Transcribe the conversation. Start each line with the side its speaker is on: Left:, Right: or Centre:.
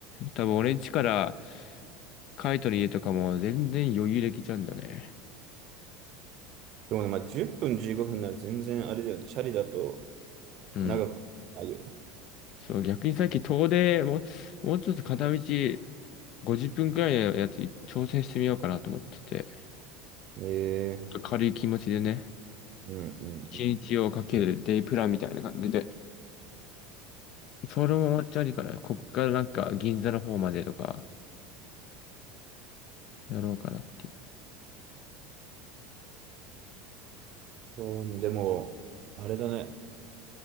Left: 多分俺ん家からカイトの家とかも全然余裕できちゃうんだよね。
Right: でもね、まあ10分15分なら全然あれだよね、チャリだと
Left: うん。
Right: 長くないよね。
Left: そう、逆にさっき遠出、もう、もうちょっと片道50分くらいのやつ挑戦してみようかなと思ってて、
Right: ええ
Left: 軽い気持ちでね、
Right: うんうんうん。
Left: 1日をかけるデイプランみたいな感じでそれも終わっちゃうから、こっからなんか銀座の方までとかやろうかなっていう。
Right: そうね、でも、あれだね。